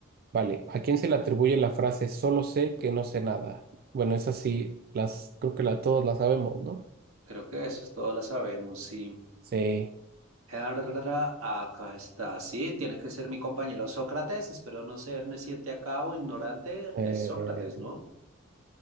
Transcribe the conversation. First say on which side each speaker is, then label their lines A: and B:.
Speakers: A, on the right; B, on the right.
A: Vale. ¿A quién se le atribuye la frase solo sé que no sé nada? Bueno, esas sí, las, creo que la, todos las sabemos, ¿no?
B: Creo que eso es todo, la sabemos, sí.
A: Sí,
B: Arrarara, Acá está, sí, tiene que ser mi compañero Sócrates. Espero no ser neciente acá o ignorante.
A: eh,
B: Es Sócrates, ¿no?